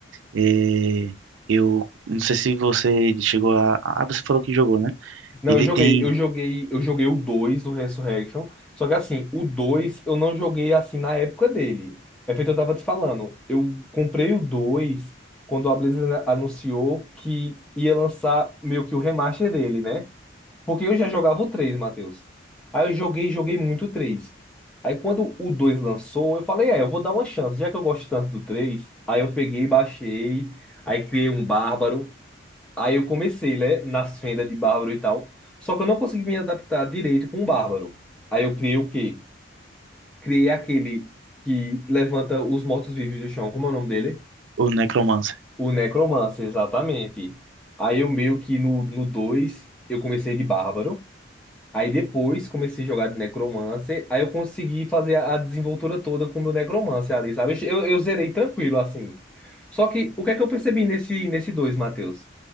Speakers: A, on the right; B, in the centre.
A: é, eu não sei se você chegou a... Ah, você falou que jogou, né?
B: Não,
A: Ele
B: eu joguei,
A: tem...
B: eu joguei, eu joguei o 2 do Resurrection, só que assim, o 2 eu não joguei assim na época dele. É feito eu tava te falando. Eu comprei o 2 quando a Blizzard anunciou que ia lançar meio que o remaster dele, né? Porque eu já jogava o 3, Matheus. Aí eu joguei, joguei muito o 3. Aí quando o 2 lançou, eu falei, é, eu vou dar uma chance, já que eu gosto tanto do três, Aí eu peguei, baixei, aí criei um bárbaro. Aí eu comecei, né, nas fendas de Bárbaro e tal. Só que eu não consegui me adaptar direito com o Bárbaro. Aí eu criei o quê? Criei aquele que levanta os mortos-vivos do chão. Como é o nome dele?
A: O Necromancer.
B: O Necromancer, exatamente. Aí eu meio que no, no 2 eu comecei de Bárbaro. Aí depois comecei a jogar de Necromancer. Aí eu consegui fazer a, a desenvoltura toda com o meu Necromancer ali, sabe? Eu, eu zerei tranquilo, assim. Só que o que é que eu percebi nesse, nesse dois Matheus?